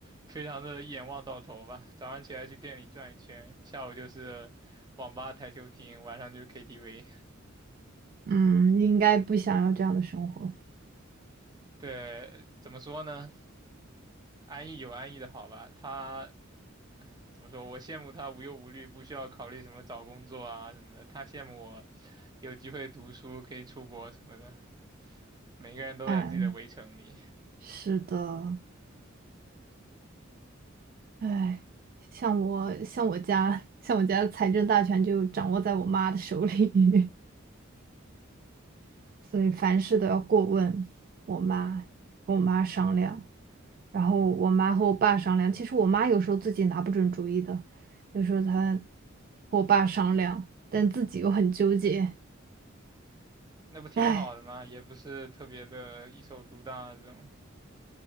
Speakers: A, on the right (about 20°); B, on the right (about 45°).
A: 非常的一眼望到头吧。早上起来去店里转一圈，下午就是网吧、台球厅，晚上就是 KTV。
B: 嗯，应该不想要这样的生活。
A: 对，怎么说呢？安逸有安逸的好吧。他怎么说？我羡慕他无忧无虑，不需要考虑什么找工作啊什么的。他羡慕我有机会读书，可以出国什么的。每个人都在自己的围城里。
B: 嗯，是的，哎，像我像我家像我家的财政大权就掌握在我妈的手里，<laughs> 所以凡事都要过问我妈，跟我妈商量，然后我妈和我爸商量。其实我妈有时候自己拿不准主意的，有时候她和我爸商量，但自己又很纠结，
A: 那不挺好的吗？
B: 哎。
A: 也不是特别的一手独大这种。